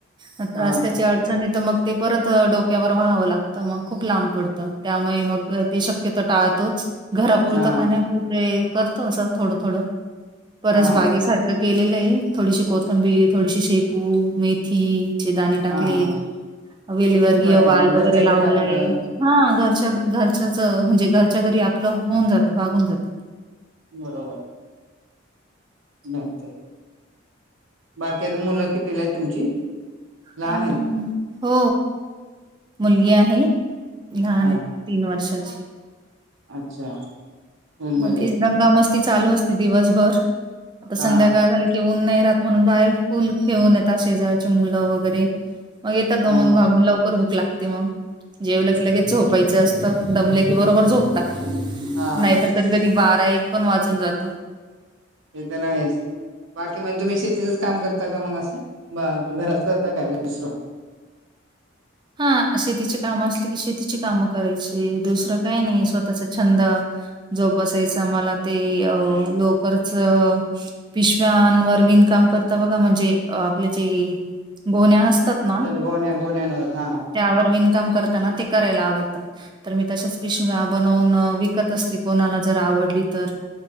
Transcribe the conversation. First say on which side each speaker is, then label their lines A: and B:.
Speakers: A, on the right (about 20°); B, on the right (about 70°).
A: आता
B: हा
A: आज त्याची अडचण आहे तर मग ते परत डोक्यावर व्हावं लागतं मग खूप लांब पडतं त्यामुळे मग ते शक्यतो टाळतोच घरापुरतं
B: हा
A: खाण्यापुरते करतो असं थोडं थोडं परस
B: हा
A: बागेसारखं केलेलं आहे थोडीशी कोथंबीर थोडीशी शेपू मेथी दाणे टाकलीत
B: हा
A: वेलीवर ग
B: बरं आहे
A: वाल
B: ना घरच्या
A: वगैरे
B: घरी
A: लावलंय
B: आपलं
A: हा घरच्या घरच्याच म्हणजे घरच्या घरी आपलं होऊन जातं भागून जातं
B: बरोबर नंतर बाकी अता मुलं कितविला आहेत तुमची लहान
A: हं.
B: आहेत
A: हो मुलगी आहे लहान
B: हा
A: आहे तीन वर्षाची
B: अच्छा स्कूलमध्ये
A: मग तेच दंगा मस्ती चालू असते दिवसभर आता संध्याकाळ
B: हा
A: झाली येेऊन नाही राहात म्हणून बाहेर फुल घेऊन येतात शेजारची मुलं वगैरे मग येतता दमून
B: हा
A: भागून लवकर बुक लागते मग जेवल की लगेच झोपायचं असतं दमले की बरोबर झोपतात
B: हा
A: नाहीतर कधी कधी बारा एक पण वाजुन जातो
B: ते तर आहेच बाकी म्हणजे तुम्ही शेतीचच काम करता का मग असं घरात करता काय दुसरं
A: हा शेतीचे काम असले की शेतीची कामं करायची दुसरं काय नाही स्वतःचा छंद जोपसायच मला ते अ लोकरच पिशव्यां आण वर विण काम करता बघा म्हणजे आपल्या जे गोण्या्या असतात ना
B: गोण्या गोनवर हा
A: त्यावर विनकम करताना ते करायला आवडतं तर मी तशाच पिशव्या बनवून विकत असते कोणाला जर आवडली तर